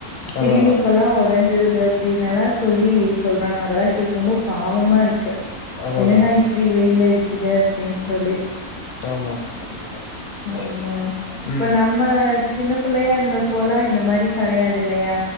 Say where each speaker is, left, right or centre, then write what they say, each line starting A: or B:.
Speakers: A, on the left; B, on the left.
A: சிலிமூக்குல்லா
B: அதா அதா
A: ஒடஞ்சிருது அப்படின்ல்லா சொல்லி சொல்றாங்க அதெல்லா கேட்கும்போது பாவமா இரு க்கு
B: அதா
A: என்னடா
B: அதாங்க
A: இப்டி வெயில் அடிக்குது அப்டின்னு சொல்லி
B: ஆமாங்க கண்டிப்பா
A: ஆமா இப்ப
B: ம்
A: நம்ம சின்ன புள்ளையா இருந்த போலா இந்த மாரி கெடையா தில்லையா